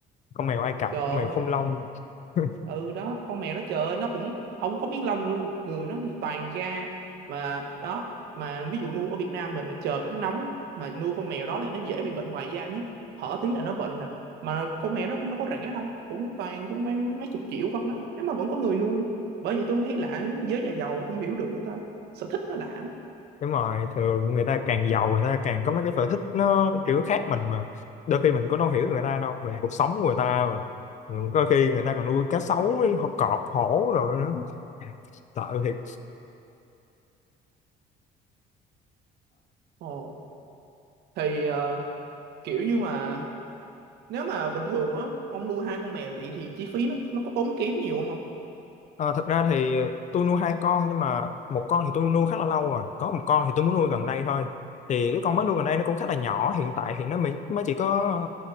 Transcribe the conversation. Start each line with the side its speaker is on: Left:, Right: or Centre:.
Left: con mèo Ai Cập
Right: trời
Left: con mèo không lông <laughs>
Right: ừ đó con mèo nó trời ơi, nó cũng không có miếng lông luôn người nó thì toàn da mà đó mà ví dụ nuôi ở Việt Nam mình là trời nó nóng mà nuôi con mèo đó thì nó dễ bị bệnh ngoài da nhất hở tí là nó bệnh nè mà con mèo đó cũng đâu có rẻ đâu cũng toàn cũng mấy, mấy chục triệu không đó thế mà vẫn có người nuôi bởi vậy tôi mới thấy lạ giới nhà giàu không hiểu được người ta sở thích nó lạ lắm
Left: đúng rồi thường người ta càng giàu người ta càng có mấy cái sở thích nó kiểu khác mình mà đôi khi mình cũng đâu hiểu được người ta đâu về cuộc sống của người ta mà Ừ, có khi người ta còn nuôi cá sấu với họ cọp hổ rồi nữa sợ thiệt
Right: ồ thì ờ, kiểu như mà nếu mà bình thường á ông nuôi hai con mèo vậy thì chi phí nó nó có tốn kém nhiều không ông
Left: à, thật ra thì tôi nuôi hai con nhưng mà một con thì tôi nuôi khá là lâu rồi có một con thì tôi muốn nuôi gần đây thôi thì cái con mới nuôi gần đây nó cũng khá là nhỏ hiện tại thì nó mới mới chỉ có